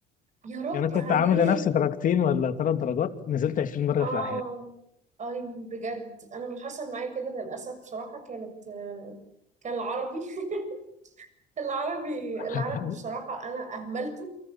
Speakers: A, on the right; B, on the left.
A: يا ربي
B: يعني كنت
A: عليك
B: عامل لنفسي درجتين ولا ثلاث درجات نزلت 20 درجه
A: اه
B: في الاحياء
A: اي بجد انا اللي حصل معايا كده للأسف بصراحة كانت آه، كان العربي <laughs> العربي
B: <laughs>
A: العربي بصراحة أنا أهملته